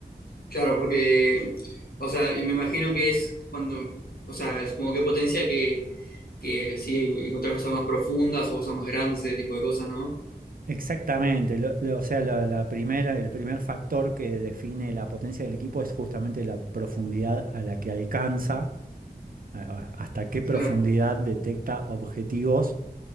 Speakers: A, on the left; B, on the right.
A: claro, porque, o sea, y me imagino que es cuando, o sea, supongo que potencia que, que sí, encontrar cosas más profundas o cosas más grandes, ese tipo de cosas, ¿no?
B: Exactamente, lo- lo- o sea, la, la primera, el primer factor que define la potencia del equipo es justamente la profundidad a la que alcanza, a- a- hasta qué profundidad
A: Claro,
B: detecta objetivos